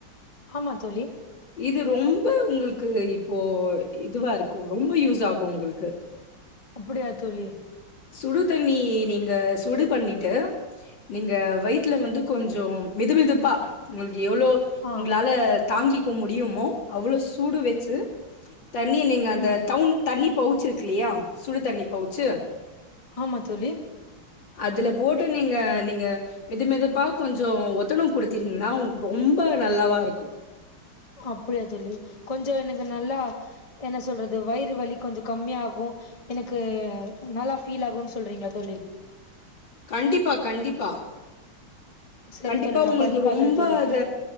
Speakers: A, on the left; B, on the left.
A: ஆமா தோழி
B: இது ரொம்ப உங்களுக்கு இப்போ இதுவா இருக்கு ரொம்ப யூஸ்ஸாகு உங்களுக்கு
A: அப்படியா தோழி
B: சுடு தண்ணி நீங்க சுடு பண்ணிட்டு நீங்க வயிதுல வந்து கொஞ்சம் வெது வெதுப்பா <inaudible> எவ்ளோ
A: ஆ
B: உங்களால தாங்கி முடியுமோ அவளோ சூடு வ ச் சு தண்ணி நீங்க அந்த
A: ம்
B: தவுன் தண் பவுச் இருக்கில்லயா சுடுதண்ணி பவுச்சு
A: ஆமா தோழி
B: அதுல போட்டு நீங்க நீங்க மெது மெதுப்பா கொஞ்சோ ஒத்தனம் குடுத்தீங்கின்னா ரொம்ப நல்லாவா இருக்கு
A: அப்டியா தோழி கொஞ்ச நிங்க நல்லா என்ன சொல்றது வயிறு வலி கொஞ்ச கம்மியாகு எனக்கு நல்லா ஃபீல் ஆகு சொல்றீங்களா தோழி
B: கண்டிப்பா கண்டிப்பா
A: சரி
B: கண்டிப்பா
A: தோழி நா
B: உங்ளுக்கு
A: பண்ணி பாக்குறே
B: ரொம்ப
A: தோழி
B: அத